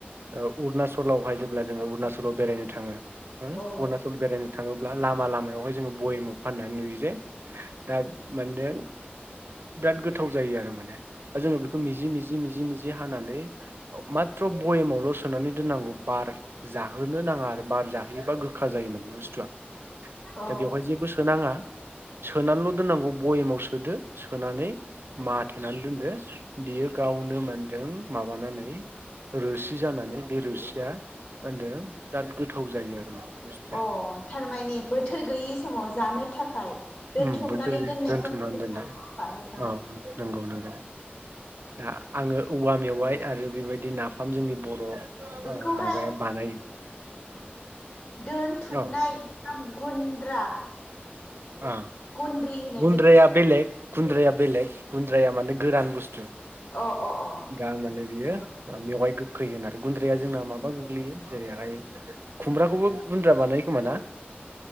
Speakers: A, on the right; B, on the left.
A: अरुणाचलावहाय जो। ब्ला जोङो अरणाचल। अरुचलाव बेरायनो थाङो
B: औ
A: अरुणाचल बेरायनो थाङोब्ला। लामा लामायावहाय जोङो बयेमाव फाननानै नुयो जे दा माने बिराद गोथाव जायो आरो माने दा जोङो बेखौ मिजि मिजि मिजि मिजि हानानै माथ्र बयेमावल' सोनानै दोन। नांगौ बार जाहोनो नाङा आरो बार जाहोयोबा गोखा जायो माने बुस्थुआ।
B: अ
A: दा बेवहाय जेबो सोनाङा सोनानैल' दोननांगौ। बयेमाव सोदो सोनानै। माथेनानै। दो बियो गावनो मा। दों माबानानै। रोसि जानानै बे रोसिया मा होनदों बिराद गोथाव जायो आरो माने बुस्थुआ।
B: अ थारमाने बोथोर गैयि समाव जानो थाखाय दोनथुमनानै
A: ओम बोथोरनि
B: दोननायखौ
A: दोनथुमनानै
B: होमबा
A: दोननाय
B: नोंथाङा
A: औ औ नंगौ नंगौ दा आङो औवा मेवाइ आरो बेबायदि नाफाम जोंनि बर'
B: बेखौहाय
A: माबाया बानायो
B: दोनथुमनाय
A: औ
B: ना गुन्द्रा।
A: ओ
B: गुन्द्रि होनो
A: गुन्द्रैया
B: जेरै
A: बेलेग। गुन्द्राया बेलेग गुन्द्राया माने गोरान बुस्थु।
B: अ अ अ
A: दा माने बियो
B: नंगौ
A: मेवाय गो फैगोन आरो गुन्द्रि या जोंना माबा
B: नंगौ
A: गोग्लैयो जेरैहाय खुमब्राखौबो गुन्द्रा बानायो खोमा ना?